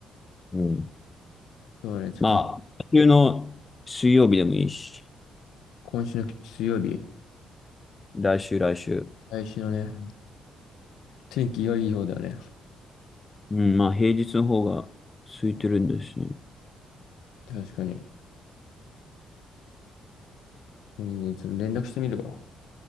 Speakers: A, on the left (about 25°); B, on the left (about 80°).
A: うん。
B: そうね、ちょっと、
A: まあ、来週の水曜日でもいいし、
B: 今週の水曜日、
A: 来週、来週。
B: 来週のね、天気良い方だよね。
A: うん、まあ、平日の方が空いてるんですね。
B: 確かに。うん、ちょっと連絡してみるわ。